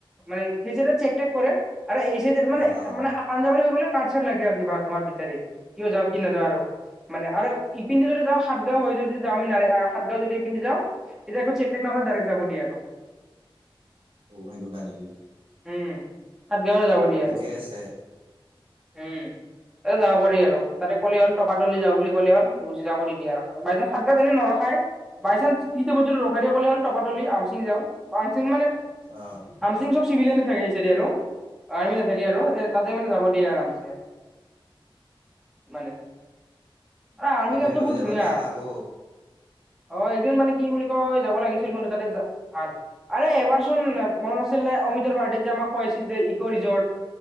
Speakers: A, in the centre; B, on the right.
A: মান সেইচতে চেকটেক কৰে আৰু এই চাইডে মানে
B: অ অ অ
A: মানে পাঞ্জাবাৰী হৈ গ'লে কাঠ চাৰ্ লাগে আৰু কিবা তোমাৰ পিতাৰে কিয় যাওক। কেনেকা আৰু মানে আৰে ইপিনেদি যদি যাও সাতগাও হৈ যদি যাও আমি সাতগাও যদি ইপিনেদি যাও তেতিয়া আক চেক নকৰে ডাইৰেক্ট যাব দিয়ে আৰু।
B: অ সেনেকোৱা নেকি।
A: উম সাত গাওৱে যাব দিয়ে
B: ঠিকে
A: আৰু
B: আছে
A: উম। এ যাব পাৰি আৰু তাতে কলে হ'ল তপাতলি যা বুলি ক'লে হ'ল পুলিচ যাব নিদিয়ে আৰু মানে সাতা‌ গাওত এনে নৰখাই। বাইচান্স কি টাইমত যদি ৰখাই দিলে হ'ল টপাতলি আমচিং যাওঁ। হামচিং মানে
B: অ
A: হামচিং চব চিভিলিয়ানে থাকে সেই যদি আৰু আৰ্মি নাথাকে আৰু তাতে মানে যাব দিয়ে আৰামছে আৰু। মানে এ আৰ্মি
B: একদিন
A: কেমটো
B: লৈ
A: বহুত
B: যাবাতে
A: ধুনীয়া।
B: আমাকো
A: অ এদিন মানে কি বুলি। যাব লাগিছিল কিন্তু তাতে ভাল আৰে এবাৰ চোন মনত আছিল নে অমিতৰ বাৰ্থডে যে আমাক খোৱাই খোৱাইছিল‌ যে ইকো ৰিজৰ্ট